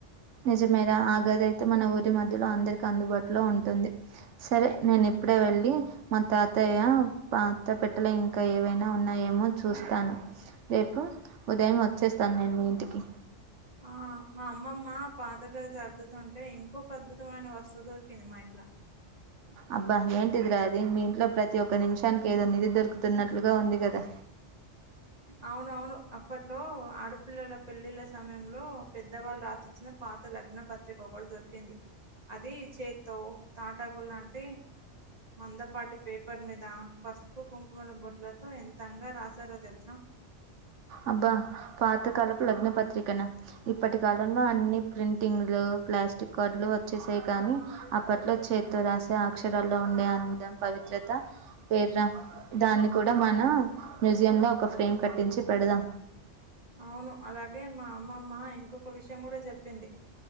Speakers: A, on the right; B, on the right.
A: నిజమేర ఆగది అయితే మన ఊరి మధ్యలో అందరికి అందుబాటులో ఉంటుంది సరే నేను ఇ ప్పుడే వెళ్ళి మ తాతయ్య పాత పెట్టలో ఇంకా ఏవైనా ఉన్నాయేమో చూస్తాను రేపు ఉదయం వచ్చేస్తాను నేను ఇంటికి
B: ఆ! మా అమ్మమ్మ పాతగది సర్దుతుంటే ఇంకొక అద్భుతమైన వస్తువు దొరికింది మా ఇంట్ల
A: అబ్బా ఏంటిది రా అది మీ ఇంట్లో ప్రతి ఒక్క నిమిషానికి ఏదో నిధి దొరుకుతున్నట్లుగా ఉంది కదా
B: అవునవును అప్పట్లో ఆడపిల్లల పెళ్లిళ్ళ సమయంలో పెద్దవాళ్ళు రాసిచ్చిన పాత లగ్న పత్రిక కూడా దొరికింది అది చేతో తాటాకులాంటి మందపాటి పేపర్ మీద పసుపు కుంకుమల బొట్లతో ఎంతంగా రాసి సారో తెలుసా
A: అబ్బా పాతకాలపు లగ్న పత్రికనా ఇప్పటి కాలంలో అన్ని ప్రింటింగ్లూ, ప్ల స్టిక్ కాడ్లు వచ్చేసాయి కానీ అప్పట్లో చేత్తో రాసే అక్షరాల్లో ఉండే అందం పవిత్ర త పేర్ల దాన్ని కూడా మనం మ్యూజియం లో ఒక ఫ్రేమ్ కట్టించి పెడుదాం
B: అవును అలాగే మా అమ్మమ్మ ఇంకొక విషయం కూడా చెప్పింది